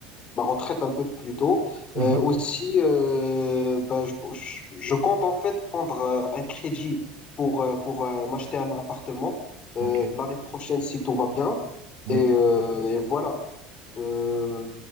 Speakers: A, on the left; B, on the right.
A: ma retraite un peu plus tôt.
B: Mhm.
A: Euh, aussi, euh, ben, je, je- je compte en fait prendre euh, un crédit pour, euh, pour euh, m'acheter un appartement euh,
B: Ok,
A: l'année prochaine si tout va bien.
B: oui,
A: Et, euh, et voilà. Euh,